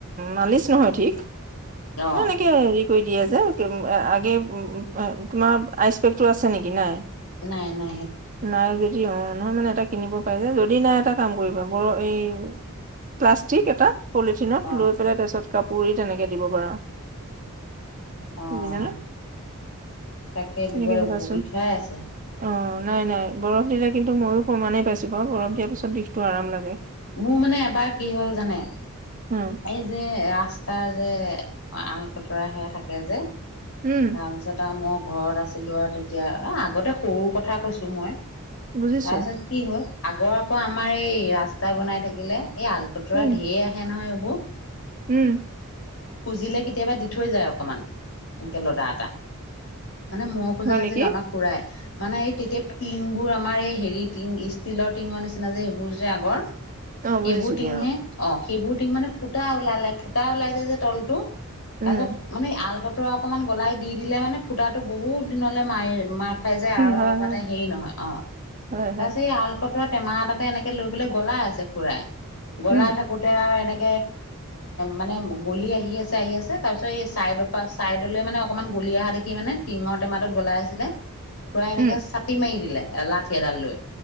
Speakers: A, on the right; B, on the left.
A: মালিচ নহয় ঠিক।
B: অ
A: তেনেকে হেৰি কৈ দিয়ে যে আগে তোমাৰ আইচ পেকতটো আছে নেকি নাই।
B: নাই - নাই।
A: নাই দিদি অ, নহয় মানে এটা কিনিব পাৰি যে, যদি নাই এটা কাম কৰিবা বৰ এই প্লাষ্টিক এটা পলিথিনত
B: অ',
A: লৈ পেলাই তাৰ পিছত কাপৰি তেনেকে দিব পাৰা।
B: অ',
A: বুজানা
B: তাকে
A: তেনেকে
B: দিব লাগিব
A: দিবা চোন
B: বিষাই আছে।
A: অ, নাই - নাই বৰফ দিলে কিন্তু ময়ো প্ৰমাণে পাইছো বাৰু বৰফ দিয়াৰ পিছত বিষটো আৰাম লাগে।
B: মোৰ মানে এবাৰ কি হ'ল জানে
A: উম
B: এই যে ৰাস্তাৰ যে আল খুতৰা সে থাকে যে তাৰপিছত
A: উম
B: আৰু মোক। ঘৰত আছিলো আৰু তেতিয়া আগতে সৰু কথা কৈছো মই তাৰপিছত
A: বুজিছো
B: কি হ'ল। আগৰ আকৌ আমাৰ এই ৰাস্তা বনাই থাকিলে এই আলকটুৰা
A: উম,
B: ঢেৰ আহে নহয় এইবোৰ
A: উম,
B: খুজিলে কেতিয়াবা দি থৈ যায় অকমান, এনেকে লদা এটা। মানে মই খোজা
A: হয়
B: নাছিলো
A: নেকি?
B: আমাক খুৰাই মানে এই তেতিয়া পিংবোৰ আমাৰ এই। হেৰি টিং ষ্টিলৰ টিঙৰ নিচিনা যে সেইবোৰ যে আগৰ
A: অ',
B: সেইবোৰ
A: বুজিছো
B: টিংহে
A: দিয়া।
B: অ, সেইবোৰ টিং মানে ফুটা ওলালে, ফুটা ওলাই যায় যে তলতো,
A: উম,
B: তাৰপিছত মানে আল কটৰা অকণমান গলাই দি দিলে মানে ফুটা টো বহুত দিনলৈ মাৰি মাৰ খাই যে আৰু
A: হয়, হয়,
B: হেৰি নহয় অ,
A: হয়,
B: তাৰপিছত
A: হয়,
B: এই আল কটৰাটোত টেমা তাতে এনেকে লৈ পেলাই গলাই আছে খুৰাই গলাই
A: উম,
B: থাকোতে আৰু এনেক এ মানে গলি আহি আছে - আহি আছে তাৰপিছত এই চাইদৰ পৰা চাইদলে মানে অকমান গুলি অহা দেখি মানে টিঙৰ টেমাটোত গলাই আছিলে। খুৰাই এনেকে
A: উম,
B: চাাটি মাৰি দিলে, লাঠি এডাল লৈ